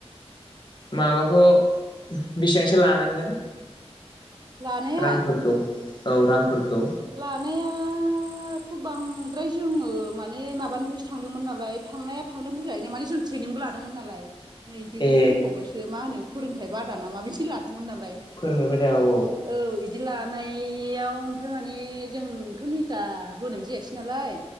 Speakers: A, on the left (about 40°); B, on the right (about 40°).
A: माबाखौ बेसेबांसो लानांगोन?
B: लानाया?
A: रांफोरखौ औ रांफोरखौ।
B: लानायाथ' बांद्राय जोङो माने माबानिफ्रायसो थांदोंमोन नालाय। थांनाया थांदों बुरजायैनो माने जों ट्रेनिंबो लादोंमोन नालाय। नै बेखौबो
A: ए
B: होनबावबायसो मा होनो फोरोंथाइ बादाना मा बिदि लादों। मोन नालाय
A: फोरोंनाय बायदा औ
B: औ बिदि लानायाव ओमफ्राय माने जोंथ' मिथिया होनाय जायासै नालाय।